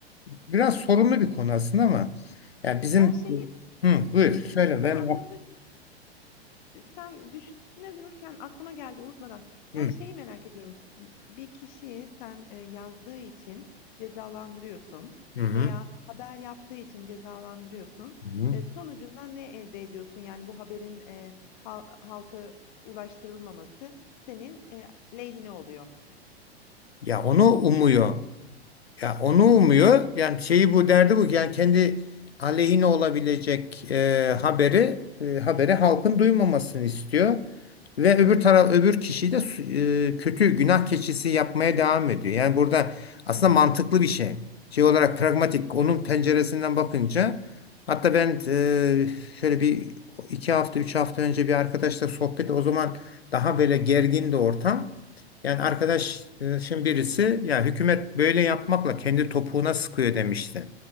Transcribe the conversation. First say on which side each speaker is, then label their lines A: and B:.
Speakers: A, on the left; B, on the left.
A: biraz sorunlu bir konu aslında ama yani bizim
B: Ben şeyi
A: Hı, buyur söyle
B: ya
A: ben
B: aslında sen düşüne dururken aklıma geldi unutmadan.
A: Hı
B: Yani şeyi merak ediyorum. Bir kişiyi sen e, yazdığı için cezalandırıyorsun
A: hı. hı.
B: veya haber yaptığı için cezalandırıyorsun.
A: Hı.
B: E, sonucundan ne elde ediyorsun? Yani bu haberin e, hal- halka ulaştırılmaması senin e, lehine oluyor.
A: Ya onu umuyor. Ya onu umuyor. Yani şeyi bu derdi bu. ki, Yani kendi aleyhine olabilecek e, haberi e, haberi halkın duymamasını istiyor. Ve öbür taraf öbür kişiyi de su- e, kötü günah keçisi yapmaya devam ediyor. Yani burada aslında mantıklı bir şey. Şey olarak pragmatik onun penceresinden bakınca hatta ben e, şöyle bir iki hafta üç hafta önce bir arkadaşla sohbet o zaman daha böyle gergin de ortam. Yani arkadaşın birisi ya hükümet böyle yapmakla kendi topuğuna sıkıyor demişti.